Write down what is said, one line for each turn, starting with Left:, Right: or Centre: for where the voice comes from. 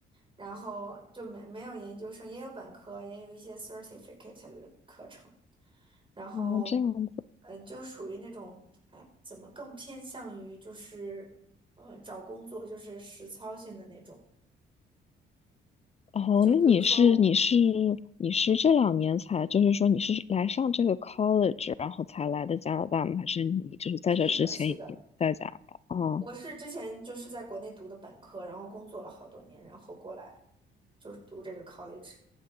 Right: 然后就没没有研究生，也有本科，也有一些 certificate 的课程，然后，
Left: 哦，这样子。
Right: 嗯、就属于那种，哎，怎么更偏向于就是，呃，找工作就是实操性的那种，
Left: 哦，
Right: 就比如说我，
Left: 那你是你是你是这两年才，就是说你是来上这个 college，然后才来的加拿大吗？还是你就是在这之前已经在加拿大？
Right: 是的，是的，
Left: 啊，
Right: 我是之前就是在国内读的本科，然后工作了好多年，然后过来就是读这个 college。